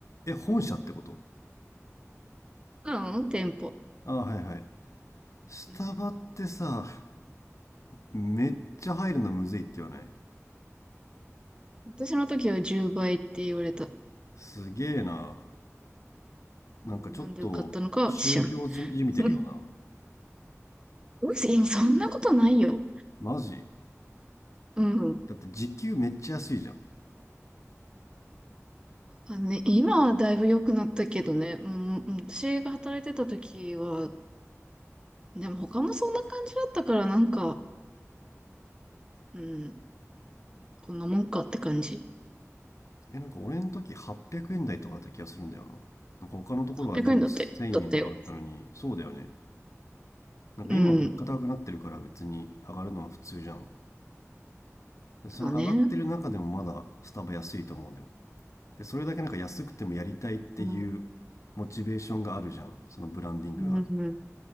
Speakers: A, on the left; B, on the right.
A: え、本社ってこと
B: なの店舗。
A: あ、はいはい。スタバってさ、
B: うん
A: めっちゃ入るのむずいって言わない
B: 私の時は10倍って言われた。
A: すげえな。
B: うんなんでよかったのかは知らん。
A: なんかちょっと宗教じみてるよな。
B: うんいやそんなことないよ。
A: マジ
B: うん。
A: だって時給めっちゃ安いじゃん。
B: あのね、今はだいぶ良くなったけどね。うん、うん私が働いてた時は、でも他もそんな感じだったからなんか、うん、こんなもんかって感じ。
A: え、なんか俺の時800円台とかだった気がするんだよな。なんか他のところは全部1000円とかだったのに、
B: 100円だって、だったよ。
A: そうだよね。なんか今物価高くなってるから別に上がるのは普通じゃん。
B: うん。
A: で、その上がってる中でもまだスタバ安いと思うんだよ。
B: まあね。
A: で、それだけなんか安くてもやりたいっていう
B: うん、
A: モチベーションがあるじゃん。そのブランディングが。
B: うん、